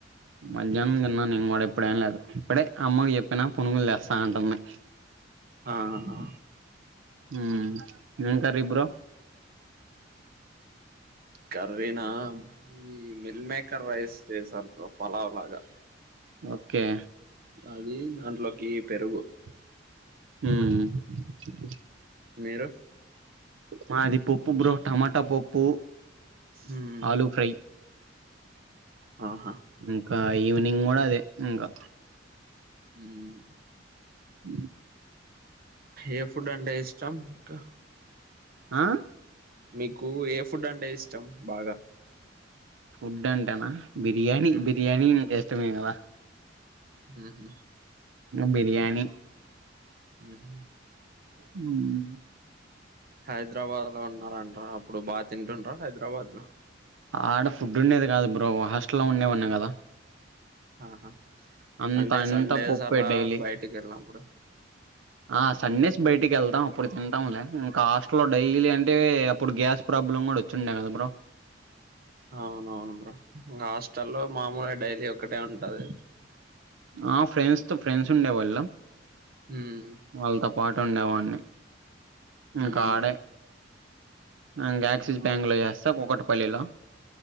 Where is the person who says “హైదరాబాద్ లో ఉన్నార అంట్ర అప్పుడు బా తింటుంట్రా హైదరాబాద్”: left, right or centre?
Right